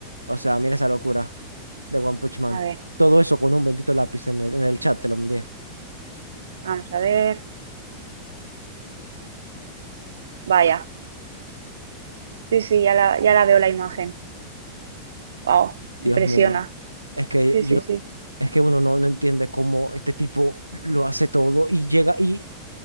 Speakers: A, on the right; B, on the right.
A: O sea, mira esa locura de One Punch Man.
B: A ver,
A: Todo eso con un bendito lápiz en el, en el chat te lo envié.
B: vamos a ver. Vaya. Sí, sí, ya la, ya la veo la imagen. Wow, impresiona.
A: Dios mío. Es que
B: Sí, sí,
A: yo,
B: sí.
A: es que uno no, no entiende cómo este tipo lo hace todo y llega y